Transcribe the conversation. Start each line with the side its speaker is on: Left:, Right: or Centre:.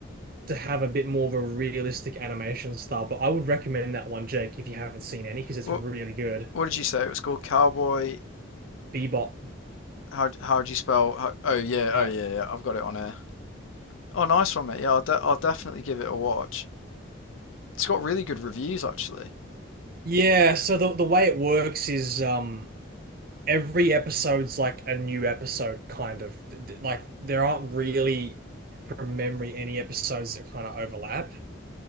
Right: to have a bit more of a realistic animation style. But I would recommend that one, Jake, if you haven't seen any, because it's
Left: What
Right: really good.
Left: what did you say it was called? Cowboy.
Right: Bebop.
Left: How how do you spell? How, oh yeah. Oh
Right: Uh,
Left: yeah. Yeah. I've got it on here. Oh, nice one, mate. Yeah, I'll de- I'll definitely give it a watch. It's got really good reviews actually.
Right: yeah, so the the way it works is um every episode's like a new episode kind of like there aren't really from memory any episodes that kind of overlap.